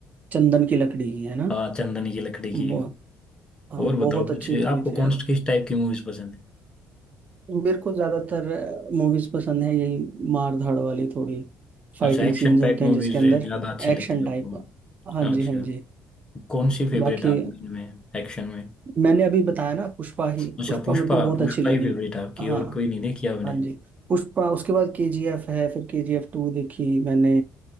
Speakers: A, on the right (about 35°); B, on the left (about 20°).
A: चंदन की लकड़ी की है ना
B: हाँ चंदन की लकड़ी की
A: बहुत हाँ
B: और बताओ
A: बहुत अच्छी
B: कुछ
A: मूवी
B: आपको
A: थी
B: कौन
A: यार
B: सी- किस टाइप की मूवीज पसंद है
A: मेरे को ज्यादातर मूवीज पसंद है यही मार धाड़ वाली थोड़ी फाइटिंग
B: अच्छा एक्शन
A: सीन्स
B: पैक
A: होते
B: मूवीज
A: हैं जिसके अंदर
B: ज्यादा अच्छी लगती
A: एक्शन
B: है आपको
A: टाइप हाँ
B: अच्छा
A: जी हाँ जी
B: कौन सी फेवरेट
A: बाकी
B: है आपकी इनमें एक्शन में
A: मैंने अभी बताया ना पुष्पा ही
B: अच्छा
A: पुष्पा
B: पुष्पा
A: मेरे को बहुत
B: पुष्पा
A: अच्छी लगी
B: ही फेवरेट आपकी
A: हाँ
B: और कोई नहीं देखी आपने
A: हाँ जी पुष्पा उसके बाद केजीएफ है फिर केजीएफ टू देखी मैंने